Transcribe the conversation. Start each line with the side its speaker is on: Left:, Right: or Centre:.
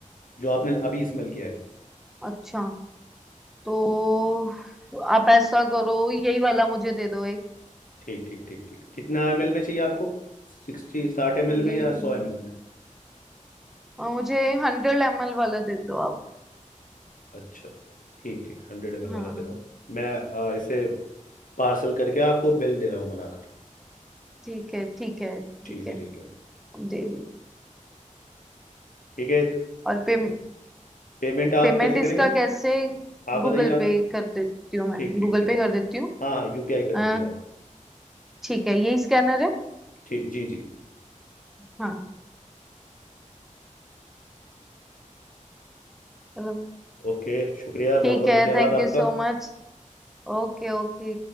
Left: जो आपने अभी स्मेल किया है
Centre: अच्छा तो आप ऐसा करो यही वाला मुझे दे दो एक
Left: ठीक ठीक ठीक ठीक कितना एम एल में चाहिए आपको सिक्सटी साठ एम
Centre: ये
Left: एल में या सौ एम एल में
Centre: और मुझे हंड्रेड एम एल वाला दे दो आप
Left: अच्छा ठीक ठीक हंड्रेड एम एल वाला
Centre: हाँ
Left: दे रहा हूँ मैं अ, इसे पार्सल करके आपको बिल दे रहा हूँ बनाकर
Centre: ठीक है ठीक है
Left: ठीक
Centre: ठीक है
Left: है ठीक है
Centre: अब दे रही हूँ।
Left: ठीक है
Centre: और पे
Left: पेमेंट आप
Centre: पेमेंट
Left: कैसे
Centre: इसका
Left: करेंगे
Centre: कैसे
Left: आप
Centre: गूगल
Left: बताइए आप
Centre: पे कर देती हूँ मैं
Left: ठीक ठीक
Centre: गूगल
Left: ठीक
Centre: पे कर देती हूँ
Left: हाँ यूपीआई कर
Centre: अ,
Left: दीजिए आप
Centre: ठीक है यही स्कैनर है
Left: ठीक जी जी
Centre: हाँ चलो
Left: ओके शुक्रिया बहुत
Centre: ठीक
Left: बहुत
Centre: है
Left: धन्यवाद
Centre: thank
Left: आपका
Centre: you so much Okay Okay